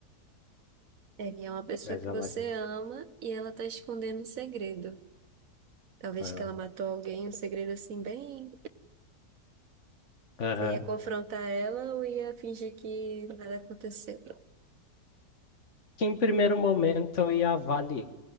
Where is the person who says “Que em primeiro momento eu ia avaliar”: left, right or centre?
Left